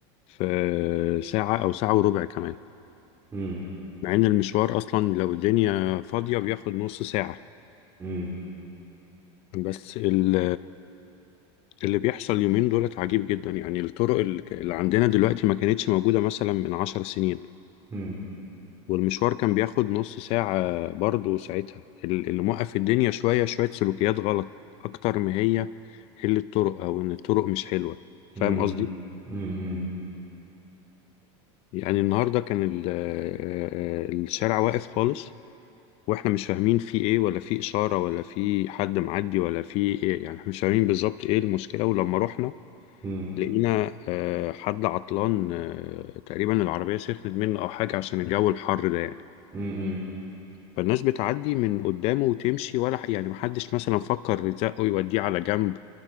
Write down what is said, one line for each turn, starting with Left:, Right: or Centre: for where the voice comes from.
Left: في ساعة او ساعة وربع كمان
Right: امم
Left: مع ان المشوار اصلا لو الدنيا فاضية بياخد نص ساعة
Right: امم
Left: بس ال- اللي بيحصل اليومين دولت عجيب جدا يعني الطرق اللي اللي عندنا دلوقتي ما كانتش موجودة مثلا من عشر سنين
Right: امم
Left: والمشوار كان بياخد نص ساعة برضه ساعتها ال- اللي موقف الدنيا شوية شوية سلوكيات غلط أكتر ما هي قلة الطرق أو إن الطرق مش حلوة فاهم
Right: امم
Left: قصدي؟
Right: امم
Left: يعني النهاردة كان ال- آه، آه، الشارع واقف خالص وإحنا مش فاهمين فيه إيه ولا فيه إشارة ولا فيه حد معدي ولا فيه إيه يعني إحنا مش فاهمين بالظبط إيه المشكلة ولما رحنا
Right: امم
Left: لقينا آه، حد عطلان آه، تقريبا العربية سخنت منه أو حاجة عشان الجو الحر ده يعني
Right: امم
Left: فالناس بتعدي من قدامه وتمشي ولا ح- يعني محدش مثلا فكر يزقه يوديه على جنب